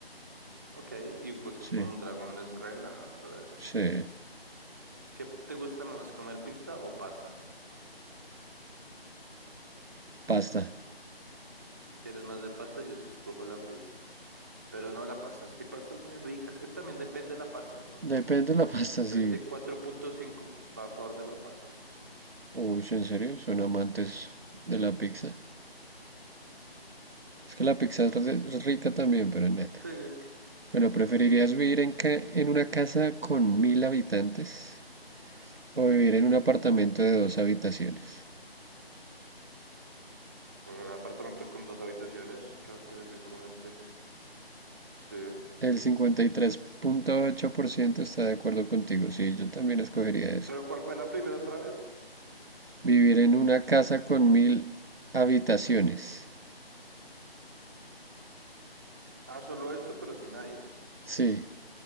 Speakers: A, on the right (about 15°); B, on the right (about 70°).
A: Ok, y pues
B: Sí,
A: con un dragón es re nada, pero a ver.
B: sí.
A: ¿Qué te gusta más, comer pizza o pasta?
B: Pasta.
A: Si eres más de pasta, yo sí escojo la pizza. Pero no la pasta, es que pasta es muy rica, es que también depende de la pasta, ¿no?
B: Depende de la pasta, sí.
A: treinta y cuatro punto cinco va a favor de la pasta.
B: Uy, sí, ¿en serio? ¿Son amantes de la pizza? Es que la pizza es re- es rica también, pero nada.
A: Sí.
B: Bueno, ¿preferirías vivir en, ca- en una casa con mil habitantes o vivir en un apartamento de dos habitaciones?
A: Un apartamento con dos habitaciones, que va a querer vivir con gente. Sí.
B: El cincuenta y tres punto ocho por ciento está de acuerdo contigo, sí, yo también escogería eso.
A: ¿Pero cuál fue la primera otra vez?
B: Vivir en una casa con mil habitaciones.
A: Ah, solo eso, pero sin nadie.
B: Sí,